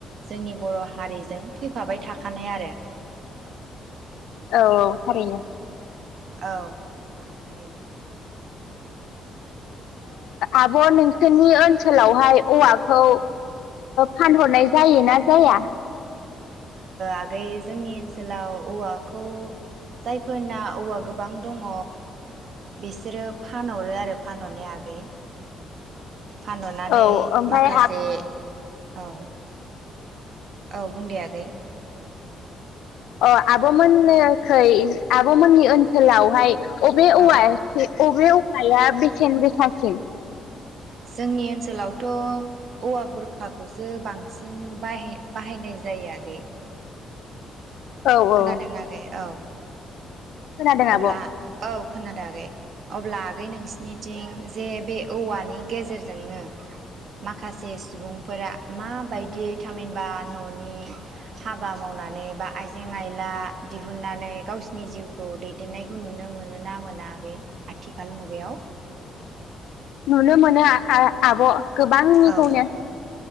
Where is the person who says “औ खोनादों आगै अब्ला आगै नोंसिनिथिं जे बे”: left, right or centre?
Right